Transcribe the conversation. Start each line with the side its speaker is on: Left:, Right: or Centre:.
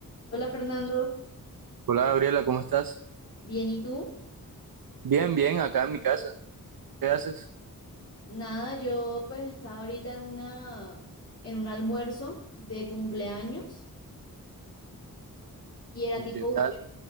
Left: Hola Fernando,
Right: Hola Gabriela, ¿cómo estás?
Left: bien, ¿y tú?
Right: Bien, bien, acá en mi casa. ¿Qué haces?
Left: Nada, yo pues estaba ahorita en una en un almuerzo de cumpleaños y era
Right: ¿Y
Left: tipo
Right: qué tal?
Left: buffet,